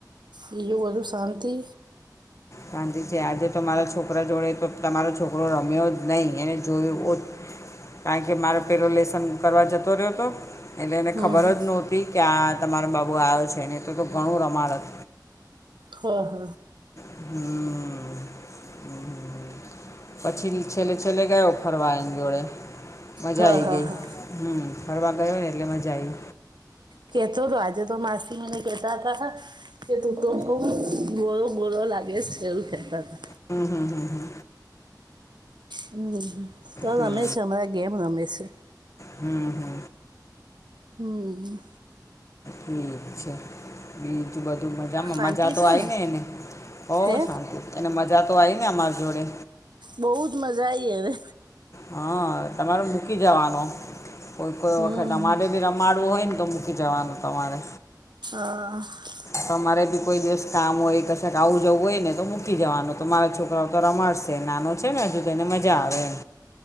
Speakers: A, on the right; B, on the left.
A: બીજું બધું શાંતિ?
B: શાંતિ છે આજે તો મારા છોકરા જોડે તો તમારો છોકરો રમ્યો જ નહીં એને જોયું <inaudible> કારણ કે મારે પેલો લેસન કરવા જતો રહ્યો તો. એટલે એને
A: હમ
B: ખબર
A: હમ.
B: જ નોતી કે આ તમારો બાબો આયો છે નહીં તો તો ઘણું રમાડત.
A: હહ હહ
B: હમ હમ પછીલ છેલ્લે છેલ્લે ગયો ફરવા એન જોડે. મજા
A: હા
B: આઈ
A: હા
B: ગઈ
A: હા
B: હમ ફરવા ગયો ને એટલે મજા આઈ.
A: કેતો તો આજે તો માસી મને કેતા હતા તા. કે તું તો બહુ બોલો બોલો લાગે છ એવું કેતા તા.
B: હમ હમ હમ હમ
A: હમ તો
B: હમ
A: રમે છે હમણાં ગેમ રમે છે.
B: હમ હમ
A: હમ
B: હમ ઠીક છે બીજું બધું મજામાં?
A: શાંતિ
B: મજા તો
A: છે
B: આઈને
A: ને
B: એને હોવ
A: હે
B: શાંતિ. એને મજા તો આઈને અમાર જોડે?
A: બહુ જ મજા આઈ એને.
B: હહ તમારે મૂકી જવાનો કોઈ કોઈ
A: હમ
B: વખત અમારે બી રમાડવો હોય ને તો મુક કી જવાનું તમારે.
A: હહ
B: તમારે બી કોઈ દિવસ કામ હોય કશેક આવું જવું હોય ને તો મૂકી જવાનું તો મારા છોકરાઓ તો રમાડશે નાનો છે ને હજુ તો એને મજા આવે એમ.